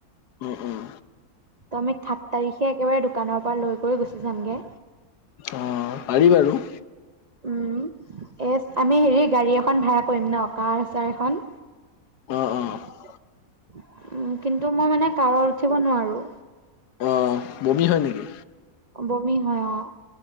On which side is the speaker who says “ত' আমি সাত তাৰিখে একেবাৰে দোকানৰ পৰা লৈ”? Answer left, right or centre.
Right